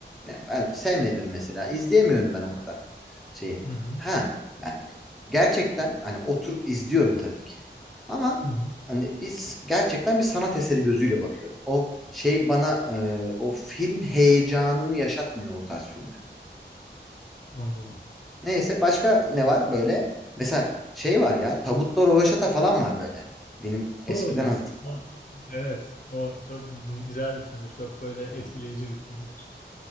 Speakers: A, in the centre; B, on the left.
A: Ya ben sevmedim mesela. İzleyemiyorum ben o kadar şeyi.
B: Hı hı,
A: Ha yani gerçekten hani oturup izliyorum tabii ki. Ama
B: hı hı,
A: hani biz gerçekten bir sanat eseri gözüyle bakıyorum. O şey bana e, o film heyecanını yaşatmıyor o tarz filmler.
B: anladım.
A: Neyse başka ne var böyle? Mesela şey var ya Tabutta Röveşata falan var böyle. Benim eskiden
B: Oy.
A: hatırladım.
B: Evet, o çok gü- güzel bir filmdir. Çok böyle etkileyici
A: Hı hı.
B: bir filmdir.